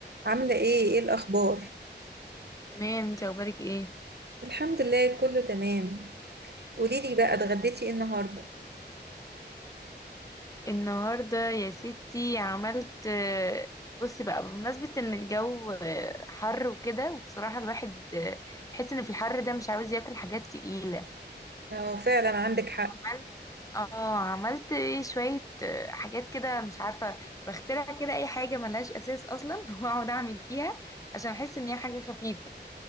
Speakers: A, on the right; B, on the left.
A: عاملة ايه ايه الأخبار؟
B: تمام انت اخبارك ايه
A: الحمد لله كله تمام قوليلي بقى اتغديتي ايه النهاردة؟
B: النهارده يا ستي عملت آه، بصي بقى بمناسبة ان الجو آه، حر وكده وبصراحة الواحد آه، بحس ان في الحر ده مش عاوز ياكل حاجات تقيلة
A: اه فعلا عندك حق
B: عملت اه عملت ايه شوية آه، حاجات كده مش عارفة بخترع كده اي حاجة ملهاش اساس اصلا <laughs> واقعد اعمل فيها عشان احس ان هي حاجة خفيفة